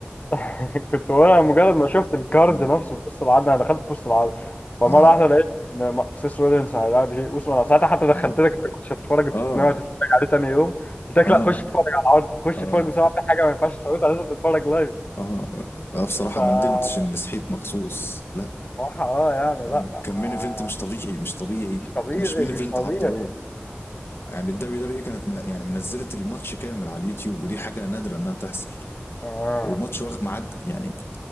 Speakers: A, on the left; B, on the left.
A: <laughs> كنت وانا مجرد ما شفت الكارد
B: اه
A: نفسه في وسط العرض انا دخلت في وسط العرض فمره
B: اه
A: واحده لقيت ان م- سيس رولينز هيلاعب جي اوسو انا ساعتها حتى دخلت
B: اه
A: لك انت كنت هتتفرج انت
B: اه
A: كنت ناوي تتفرج عليه تاني يوم قلت لك
B: اه
A: لا خش اتفرج على العرض خش
B: اه
A: اتفرج بسرعه في حاجه ما ينفعش تفوتها لازم تتفرج لايف
B: اه لا بصراحة
A: فالصراحة
B: ما ندمتش اني صحيت مخصوص لا
A: اه يعني
B: آه.
A: لا
B: كان
A: ما
B: مين ايفنت مش طبيعي مش طبيعي
A: مش طبيعي
B: مش مين
A: مش
B: ايفنت
A: طبيعي
B: عرض رو يعني الدبليو دبليو كانت من يعني منزله الماتش كامل على اليوتيوب ودي حاجه نادره انها تحصل
A: اه
B: والماتش واخد معد يعني